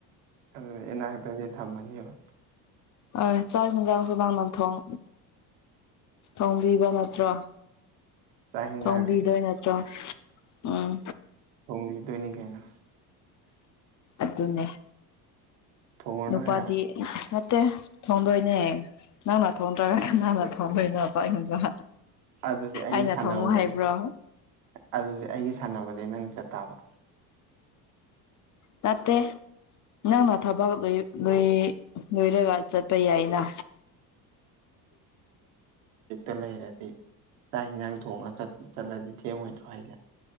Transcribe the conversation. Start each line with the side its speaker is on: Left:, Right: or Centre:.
Right: ꯑꯗꯨ ꯏꯅꯥꯛꯇꯗꯤ ꯊꯝꯃꯅꯦꯕ
Left: ꯑ ꯆꯥꯛ ꯍꯤꯟꯖꯥꯡꯁꯨ ꯅꯪꯅ ꯊꯣꯡ ꯊꯣꯡꯕꯤꯕ ꯅꯠꯇ꯭ꯔꯣ
Right: ꯆꯥꯛ ꯌꯦꯟꯁꯥꯡ
Left: ꯊꯣꯡꯕꯤꯗꯣꯏ ꯅꯠꯇ꯭ꯔꯣ ꯎꯝ
Right: ꯊꯣꯡꯕꯤꯗꯣꯏꯅꯤ ꯀꯩꯅꯣ
Left: ꯑꯗꯨꯅꯦ
Right: ꯊꯣꯡꯉꯨꯔꯅꯨ
Left: ꯅꯨꯄꯥꯗꯤ
Right: ꯍꯥꯏꯔꯛꯑꯣ
Left: ꯅꯠꯇꯦ ꯊꯣꯡꯗꯣꯏꯅꯦ ꯅꯪꯅ ꯊꯣꯡꯗ꯭ꯔꯒ ꯀꯅꯥꯅ ꯊꯣꯡꯗꯣꯏꯅꯣ? ꯆꯥꯛ ꯏꯟꯖꯥꯡ
Right: ꯑꯗꯨꯗꯤ ꯑꯩꯒꯤ
Left: ꯑꯩꯅ
Right: ꯁꯥꯟꯅꯕꯗ
Left: ꯊꯣꯡꯉꯨ ꯍꯥꯏꯕ꯭ꯔꯣ?
Right: ꯑꯗꯨꯗꯤ ꯑꯩꯒꯤ ꯁꯥꯟꯅꯕꯗꯤ ꯅꯪ ꯆꯠ ꯇꯥꯕ
Left: ꯅꯠꯇꯦ ꯅꯪꯅ ꯊꯕꯛ ꯂꯩ ꯂꯨꯏ ꯂꯣꯏꯔꯒ ꯆꯠꯄ ꯌꯥꯏꯅ
Right: ꯕꯤꯇ ꯂꯩꯔꯗꯤ ꯆꯥꯛ ꯍꯤꯟꯖꯥꯡ ꯊꯣꯡꯑꯒ ꯆꯠ- ꯆꯠꯂꯗꯤ ꯊꯦꯡꯉꯣꯏꯗ꯭ꯔꯣ ꯍꯥꯏꯁꯦ?